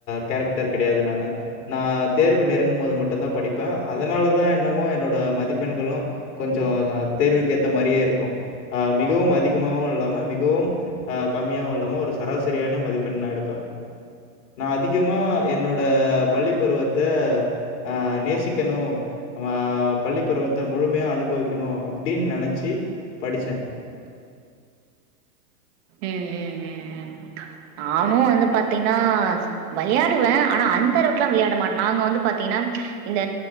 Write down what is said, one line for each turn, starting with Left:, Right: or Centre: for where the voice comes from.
Left: கேரக்ட்டர் கெடயாது நானு நா தேர்வு நெருங்கும் போது மட்டுந்தா படிப்பே அதுனாலதா என்னமோ என்னோட மதிப்பெண்களு கொஞ்சொ அ தேர்வுக்கேத்த மாரியே இருக்கு ஆ மிகவும் அதிகமாவு இல்லாம மிகவும் ஆ கம்மியாவுஇல்லாம ஒரு சராசரியான மதிப்பெண் நா எடுப்பே நா அதிகமா என்னோட பள்ளி பருவத்த ஆ நேசிக்கனு நா பள்ளிப்பருவத்த முழுமையா அனுபவிக்னு அப்டின் நெனச்சு படிச்சே
Right: ம் ம் ம் ம் நானு வந்து பாத்தீன்னா வளயாடுவ ஆனா அந்த அளவுக்லா விளயாட மாட் நாங்க வந்து பாத்தீங்ன்னா இந்த